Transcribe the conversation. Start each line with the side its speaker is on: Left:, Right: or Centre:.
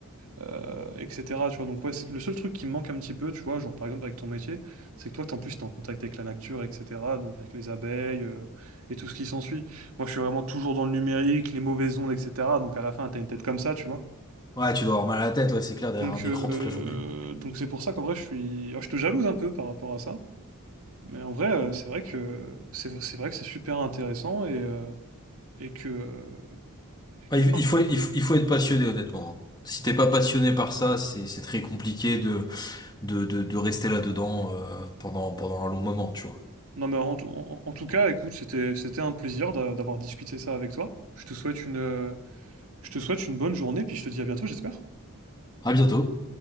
Right: euh, etc. Tu vois, donc ouais, c'est- le seul truc qui me manque un petit peu, tu vois, genre par exemple avec ton métier, c'est que toi, t'es- en plus, t'es en contact avec la nature, etc., donc avec les abeilles euh, et tout ce qui s'ensuit. Moi, je suis vraiment toujours dans le numérique, les mauvaises ondes, etc., donc à la fin, t'as une tête comme ça, tu vois.
Left: Ouais, tu dois avoir mal à la tête, ouais, c'est clair, derrière
Right: Donc
Left: un écran
Right: euh,
Left: toute la journée.
Right: donc c'est pour ça qu'en vrai, je suis... alors, je te jalouse un peu par rapport à ça, mais en vrai, euh, c'est vrai que c'est c'est vrai que c'est super intéressant et, euh, et que... euh, et que
Left: Ouais, il il faut, il faut, il faut être passionné, honnêtement. hein. Si t'es pas passionné par ça, c'est, c'est très compliqué de de, de, de rester là-dedans euh, pendant, pendant un long moment, tu vois.
Right: Non, mais en, tout en- en tout cas, écoute, c'était, c'était un plaisir d'a- d'avoir discuté ça avec toi. Je te souhaite une, euh, je te souhaite une bonne journée, puis je te dis à bientôt, j'espère.
Left: À bientôt.